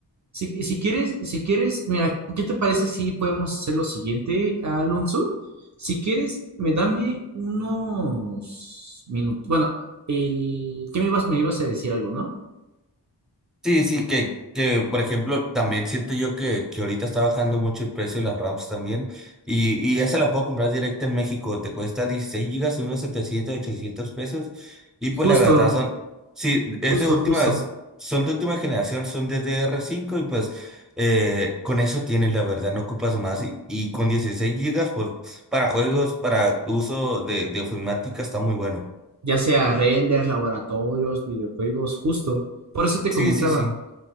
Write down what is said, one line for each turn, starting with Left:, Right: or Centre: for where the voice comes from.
Right: Si, si quieres, si quieres, mira, ¿qué te parece si podemos hacer lo siguiente, Alonso? Si quieres, me dame unos minutos. Bueno, el, ¿qué me ibas, me ibas a decir algo, ¿no?
Centre: Sí, sí, que, que por ejemplo, también siento yo que, que ahorita está bajando mucho el precio de las RAMs también. Y, y esa la puedo comprar directa en México. Te cuesta 16 gigas, unos setecientos ochocientos pesos. Y
Right: Justo.
Centre: pues la verdad son, sí, es
Right: Justo,
Centre: de últimas,
Right: justo.
Centre: son de última generación, son de D R cinco y pues eh, con eso tienes, la verdad, no ocupas más. Y, y con 16 gigas, pues para juegos, para uso de, de ofimática está muy bueno.
Right: Ya sea renders, laboratorios, videojuegos, justo. Por eso te
Centre: Sí,
Right: comentaba.
Centre: sí, sí.